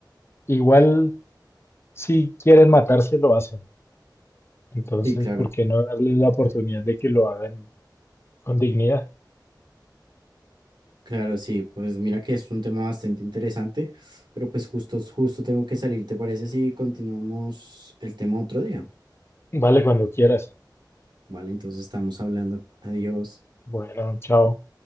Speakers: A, on the left; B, on the right.
A: Igual, si quieren matarse, lo hacen. Entonces,
B: Sí, claro.
A: ¿por qué no darles la oportunidad de que lo hagan Con dignidad.
B: Claro, sí, pues mira que es un tema bastante interesante, pero pues justo, justo tengo que salir, ¿te parece si continuamos el tema otro día?
A: Vale, cuando quieras.
B: Vale, entonces estamos hablando. Adiós.
A: Bueno, chao.